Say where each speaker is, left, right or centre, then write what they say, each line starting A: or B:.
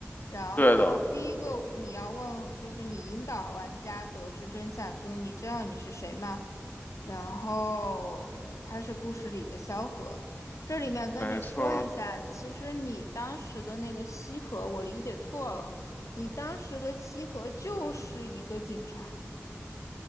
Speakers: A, on the left (about 85°); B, on the left (about 35°).
A: 然后第一个你要问，
B: 对的，
A: 就是你引导玩家得知真相，就是你知道你是谁吗？然后他是故事里的萧何。这里面跟你说一下，
B: 没错儿。
A: 其实你当时的那个西河，我理解错了。你当时的西河就是一个警察，